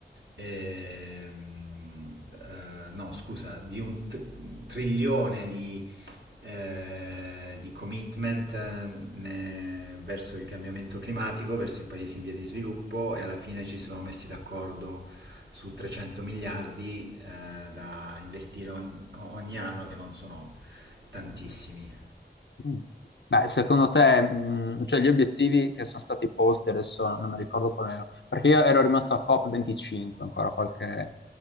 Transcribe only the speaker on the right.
ehm, eh, no scusa, di un tr- trilione di eh, di commitment eh, ne- verso il cambiamento climatico, verso i paesi in via di sviluppo e alla fine ci sono messi d'accordo su 300 miliardi eh, da investire on- ogni anno, che non sono tantissimi.